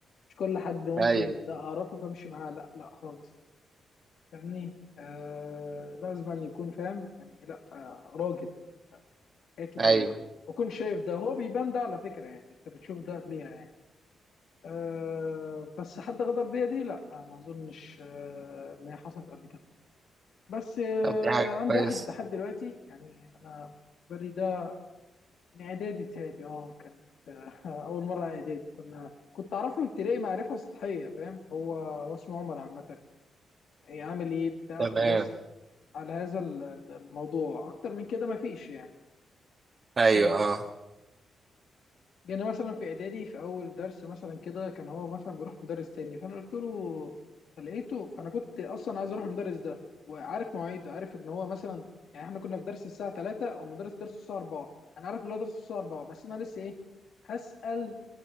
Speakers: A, on the left (about 70°); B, on the right (about 45°).
A: مش كل حد ممكن
B: ايوه
A: لا اعرفه فامشي معاه لا لا خالص فاهمني آه لازم أن يكون فاهم يعني لا آه راجل حاجات كتير
B: ايوه
A: قوي وكون شايف ده وهو بيبان ده على فكره يعني انت بتشوف ده قبليها يعني آه بس حد غدر بيا دي لا آه، ما اظنش آه ان هي حصلت قبل كده بس آه
B: طب دي حاجة
A: عندي
B: كويسة
A: واحد لحد دلوقتي يعني انا بالي ده من اعدادي بتهيألي اه كانت آه، <laughs> اول مره اعدادي كنا كنت اعرفه ابتدائي معرفه سطحيه فاهم هو هو اسمه عمر عامه هي عامل ايه بتاع
B: تمام
A: خلاص على هذا ال- ال- الموضوع اكتر من كده مفيش يعني
B: ايوه
A: ف
B: اه
A: جينا مثلا في اعدادي في اول درس مثلا كده كان هو مثلا بيروح مدرس تاني فانا قلت له فلقيته فانا كنت اصلا عايز اروح المدرس ده وعارف مواعيده عارف ان هو مثلا يعني احنا كنا في درس الساعه 3 ومدرس درس الساعه 4 انا عارف ان هو درس الساعه 4 بس انا لسه ايه هسأل